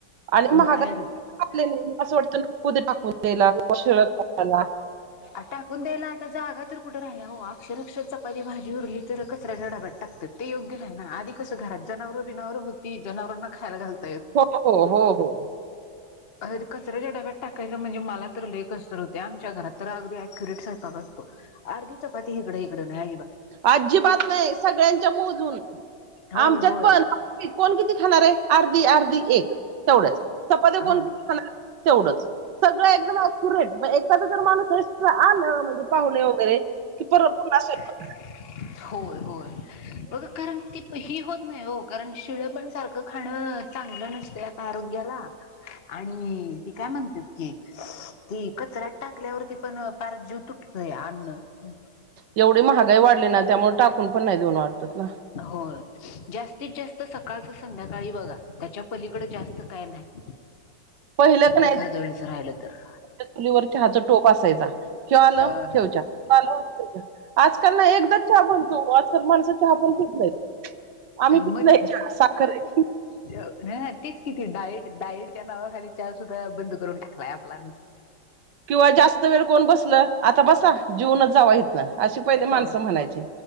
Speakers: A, on the right; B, on the left.
A: आणि महागाई
B: बाहेर
A: आपले नेहमी असं वाटतं टाकून दयलायला
B: आ टाकून द्यायला आता जागा तर कुठे राहिल्या हो शरक्ष चपाती भाजी उरली तर कचराडाबाट टाकतात ते योग्य नाही ना आधी कसं घरात जनावरं बिनावरं होती जनावरांना खायला घालत
A: हो हो हो हो
B: अ कचऱ्याच्या डाब्यात टाकायचं म्हणजे मला तर लेख असर होते आमच्या घरात तर अगदी ऍक्युरेट स्वयंपाक असतो अर्धी चपाती हीगड हीड ना
A: आजीबात नाही सगळ्यांच्या मोजून
B: होय
A: आमच्यात
B: होय
A: पण कोण किती खाणार आहे अर्धी अर्धी एक तेवढंच चपात्या
B: हा.
A: कोण तेवढंच सगळं एकदम अक्युरेट एखादा जर माणूस एस्ट आलं म्हणजे पाहुणे वगैरे तर पुन्हा स्वयंपाक
B: <inaudible> होय होय कारण ती ही होत नाही हो कारण शिळे पण सारखं खाणं चांगलं नसत आता आरोग्याला आणि ते काय म्हणत्यात की ती कचऱ्यात टाकल्यावरती पण पार जीव तुटतोया <unintelligible>
A: एवढे महाग लय वाढलीय ना त्यामुळे टाकून पण नाही देऊ वाटत ना
B: होय जास्तीत जास्त सकाळच संध्याकाळी बघा त्याच्या पलीकडं जास्त काय नाही.
A: पहिलंच नाही
B: एखाद वेळेस राहिलं तर.
A: चुलीवर चहचा टोप असायचा. ह्यो आलं
B: अ
A: ठेव चहा त्यो आलं ठेव चहा. आजकाल ना एकदाच च्या बनतो, आजकाल माणस चहा पण पित नाहीत. आम्ही पिकलंय
B: मग
A: साखरयं
B: <inaudible> तेच कि ते डाईट, डाईड. त्या नावाखाली चहासुद्धा बंद करून टाकलाय आपला,
A: किंवा जास्त वेळ कोण बसल आता बसा जेवूनचं जावा इथ न अशी पहिले
B: हो.
A: माणसं म्हणायची,